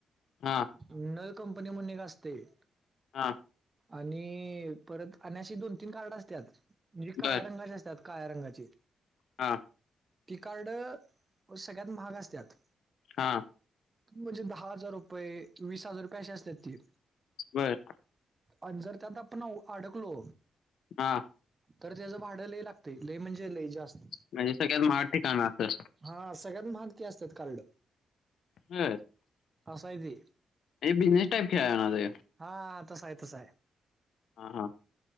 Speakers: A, on the left (about 65°); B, on the right (about 20°).
A: हा
B: नवी कंपनी म्हणून एक असतय.
A: हा
B: आणि परत आणि अशी दोन तीन कार्ड असत्यात. म्हणजे काळ्या
A: बर
B: रंगाचे असत्यात. काळा रंगाचे
A: हा
B: ति कार्ड सगळ्यात महाग असत्यात.
A: हा
B: म्हणजे दहा हजार रुपये, वीस हजार रुपये अशी असत्यात ती.
A: बर
B: आणि जर त्यात आपण अडकलो
A: हा
B: तर त्याच भाड लई लागत. लई म्हणजे लय जास्त.
A: म्हणजे सगळ्यात माहाग ठिकाण असल.
B: हा सगळ्यात महाग ती असतात कार्ड.
A: बर
B: असं आहे ते
A: बिजनेस टाइप खेळ ना त
B: हा तस आहे. तस आहे.
A: हा